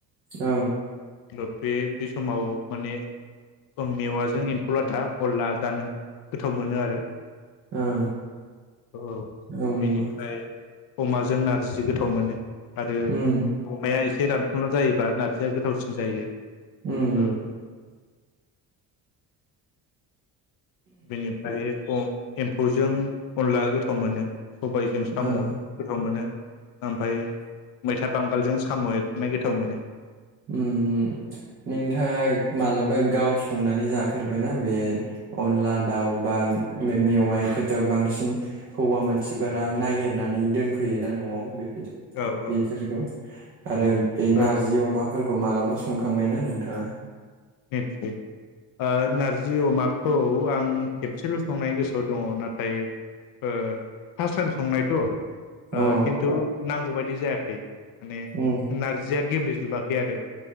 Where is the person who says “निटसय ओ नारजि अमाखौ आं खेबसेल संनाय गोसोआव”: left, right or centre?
Left